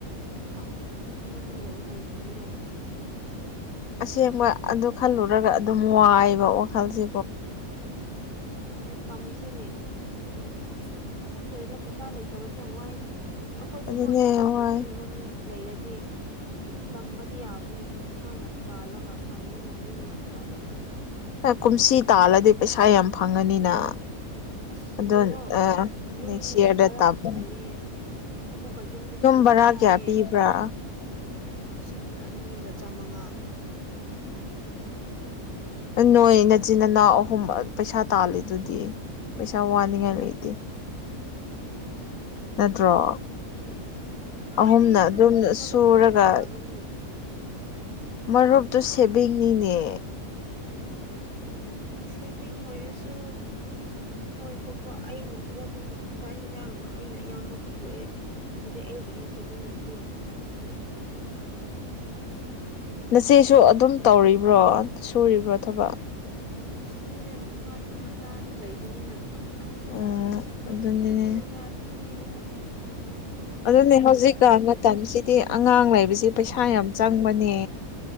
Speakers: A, on the right; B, on the left.
A: ꯑ ꯌꯨꯝꯗ ꯑꯗꯨꯨꯝ ꯂꯩꯌꯦ ꯀꯔꯤ ꯇꯧꯕꯤꯔꯣ
B: ꯑꯁꯦꯡꯕ ꯑꯗꯨ ꯈꯜꯂꯨꯔꯒ ꯑꯗꯨꯝ ꯋꯥꯏꯑꯕ ꯋꯥꯈꯜꯁꯦ
A: ꯑꯗꯨꯅꯦ ꯇꯝꯁꯤꯅꯦ ꯍꯥꯏꯗꯤ ꯈꯪꯗ꯭ꯔꯒ ꯄꯩꯁꯥ ꯂꯩꯇꯕꯁꯦ ꯌꯥꯝ ꯋꯥꯏꯅꯦ ꯑꯩꯈꯣꯏꯁꯨꯀꯣ
B: ꯑꯗꯨꯅꯦ
A: ꯁꯞꯄꯣꯔꯠ ꯇꯧꯕꯤꯅꯕ
B: ꯋꯥꯏ
A: ꯃꯤ ꯂꯩꯔꯗꯤ ꯇꯝꯕꯗꯤ ꯌꯥꯕꯅꯤ ꯑꯗꯨ ꯏꯁꯥꯅ ꯇꯥꯜꯂꯒ ꯇꯝꯒꯗꯕꯅꯤꯅ ꯌꯥꯝ ꯋꯥꯏꯑꯦ
B: ꯑꯦ ꯀꯨꯝꯁꯤ ꯇꯥꯜꯂꯗꯤ ꯄꯩꯁꯥ ꯌꯥꯝ ꯐꯪꯉꯅꯤꯅ
A: ꯑꯁ
B: ꯑꯗꯨꯗꯣ
A: ꯌꯦꯡꯉꯣ
B: ꯑ
A: ꯌꯨꯝ
B: ꯅꯦꯛꯁ ꯏꯌꯔꯗ
A: ꯚꯔꯥꯁꯨ
B: ꯇꯃ
A: ꯂꯩꯌꯦ ꯑꯃꯨꯛꯀ ꯌꯨꯝꯗꯁꯨ ꯄꯩꯁꯥ
B: ꯕꯔꯥ
A: ꯊꯥꯏꯌꯦ
B: ꯀꯌꯥ ꯄꯤꯕ꯭ꯔꯥ
A: ꯂꯤꯁꯤꯡ ꯑꯅꯤꯒ ꯆꯥꯃꯉꯥ
B: ꯎꯝ ꯅꯣꯏ ꯅꯆꯤꯟ ꯏꯅꯥꯎ ꯑꯍꯨꯝ ꯄꯩꯁꯥ ꯇꯥꯜꯂꯤ ꯑꯗꯨꯗꯤ ꯄꯩꯁꯥ ꯋꯥꯅꯤꯡꯉꯥꯏ ꯂꯩꯇꯦ ꯅꯠꯇ꯭ꯔꯣ
A: ꯀꯥꯏꯗꯩꯅꯣꯗ
B: ꯑꯍꯨꯝꯅ ꯑꯗꯨꯝ
A: ꯃꯣꯏꯁꯨ ꯃꯔꯨꯞ
B: ꯁꯨꯔꯒ
A: ꯂꯣꯏꯅ ꯁꯥꯟꯅꯕꯅꯤꯅ
B: ꯃꯔꯨꯞꯇꯨ ꯁꯦꯚꯤꯡꯅꯤꯅꯦ
A: ꯁꯦꯚꯤꯡ ꯑꯣꯏꯔꯁꯨ ꯃꯣꯏ ꯊꯣꯛꯄ ꯑꯩꯅ ꯁꯤꯗ ꯑꯗꯨꯝ ꯆꯥꯛ ꯌꯦꯟꯁꯥꯡꯗꯣ ꯑꯩꯅ ꯑꯌꯥꯝꯕ ꯄꯨꯊꯣꯛꯑꯦ ꯑꯗꯨꯗꯤ ꯑꯩꯒꯤꯗꯤ ꯁꯦꯚꯡ ꯂꯩꯇꯦ
B: ꯅꯆꯁꯨ ꯑꯗꯨꯝ ꯇꯧꯔꯤꯕ꯭ꯔꯣ ꯁꯨꯔꯤꯕ꯭ꯔꯣ ꯊꯕꯛ
A: ꯁꯨꯑ ꯃꯥꯁꯨ ꯃꯆꯥꯗꯨ ꯂꯩꯕꯅꯤꯅ ꯃꯆꯥꯒꯤꯜ
B: ꯎꯝ ꯑꯗꯨꯅꯦ
A: ꯑꯗꯨ ꯑꯗꯨꯝ ꯄꯤꯕ
B: ꯑꯗꯨꯅꯦ ꯍꯧꯖꯤꯛꯀ
A: ꯃꯣꯏꯁꯨ
B: ꯃꯇꯝꯁꯤꯗꯤ ꯑꯉꯥꯡ ꯂꯩꯕꯁꯤ ꯄꯩꯁꯥ ꯌꯥꯝ ꯆꯪꯕꯅꯦ